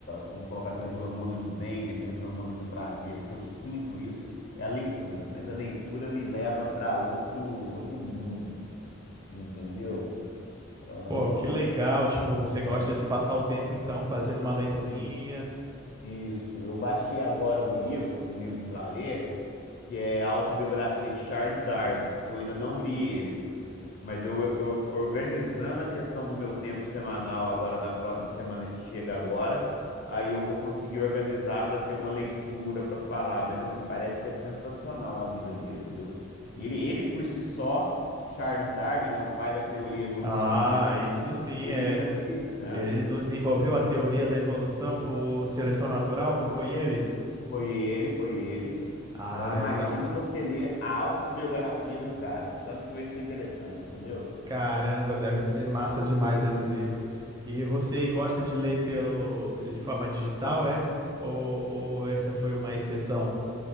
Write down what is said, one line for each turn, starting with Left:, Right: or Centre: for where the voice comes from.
Left: vamos colocar aqueles hormônios do bem, né? Aqueles hormônios do prazer, que eu sinto isso, é a leitura. Mas a leitura me leva para outro, outro mundo, entendeu? Ah,
Right: Pô, que
Left: um-
Right: legal, tipo, você gosta
Left: é.
Right: de passar o tempo então fazendo uma leiturinha.
Left: Isso, eu baixei agora o livro, um livro para ler, que é a Autobiografia de Charles Darwin. Eu ainda não li ele, mas eu, eu- organizando a questão do meu tempo semanal agora na, pró- na semana que chega agora, aí eu vou conseguir organizar para ter uma leitura para falar. Mas assim, parece que é sensacional a vida dele, viu? Ele, ele por si só, Charles Darwin, né, o pai da teoria evolucionista,
Right: Ah, isso sim,
Left: ele
Right: é.
Left: já se, né?
Right: Ele não desenvolveu a teoria da evolução por seleção natural, não foi ele?
Left: Foi ele, foi ele.
Right: Ah,
Left: Agora imagina
Right: então.
Left: você ler a autobiografia do cara, tanto que vai ser interessante, entendeu?
Right: Caramba, deve ser massa demais esse livro. E você gosta de ler pelo de forma digital, é? Ou, ou essa foi uma exceção?